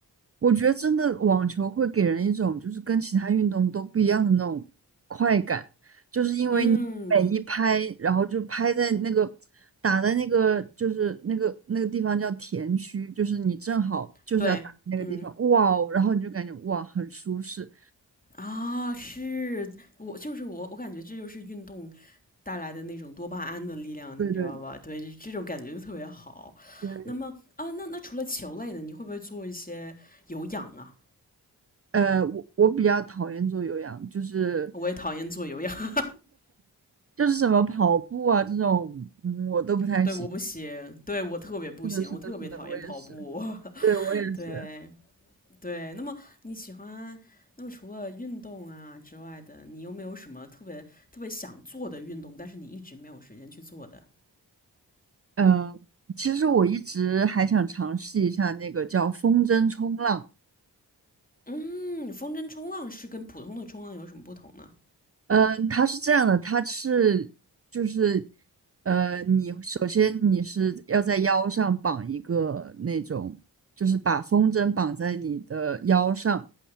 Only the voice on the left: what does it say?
嗯，
对，嗯。
啊，是我就是我，我感觉这就是运动带来的那种多巴胺的力量，
你知道吧？对，这这种感觉就特别好。
那么啊，那那除了球类的，你会不会做一些有氧啊？
我也讨厌做有氧，
<laughs> 对，我不行，
对我特别不行，
我特别讨厌跑步。
<laughs>
对对，那么你喜欢，那么除了运动啊之外的，你有没有什么特别特别想做的运动，但是你一直没有时间去做的？
嗯，风筝冲浪是跟普通的冲浪有什么不同呢？